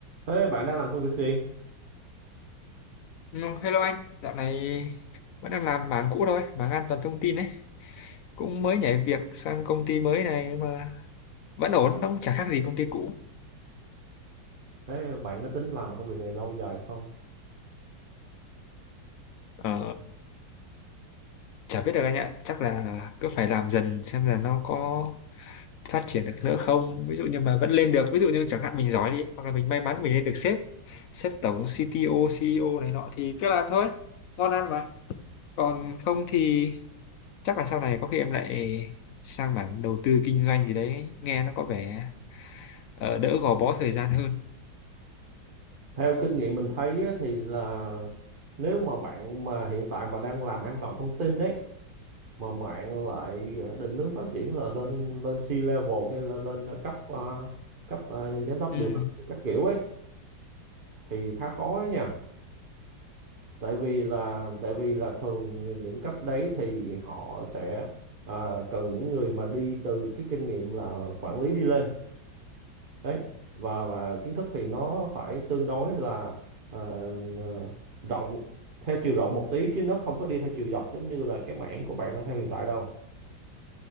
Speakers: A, on the right; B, on the left.
A: Thế bạn đang làm công việc gì?
B: No, hello anh, dạo này vẫn đang làm mảng cũ thôi, mảng an toàn thông tin ấy. Cũng mới nhảy việc sang công ty mới này mà vẫn ổn, nó cũng chả khác gì công ty cũ.
A: Thế bạn có tính làm công việc này lâu dài không?
B: Ờ, chả biết được anh ạ, chắc là cứ phải làm dần xem là nó có phát triển được nữa không. Ví dụ như mà vẫn lên được, ví dụ như chẳng hạn mình giỏi đi, hoặc là mình may mắn mình lên được sếp, sếp tổng, CTO, CEO này nọ thì cứ làm thôi, ngon ăn mà. Còn không thì chắc là sau này có khi em lại sang mảng đầu tư kinh doanh gì đấy nghe nó có vẻ ờ, đỡ gò bó thời gian hơn
A: Theo kinh nghiệm mình thấy á, thì là nếu mà bạn mà hiện tại mà đang làm an toàn thông tin đấy mà bạn lại định hướng phát triển là lên lên C-level hay là lên cấp ờ, cấp ờ, giám đốc
B: ừ.
A: điều hành các kiểu ấy thì khá khó ấy nha. Tại vì là tại vì là thường những cấp đấy thì họ sẽ ờ, cần những người mà đi từ cái kinh nghiệm là quản lý đi lên đấy và và kiến thức thì nó phải tương đối là à, ờ, rộng theo chiều rộng một tí chứ nó không có đi theo chiều dọc giống như là cái mảng của bạn đang theo hiện tại đâu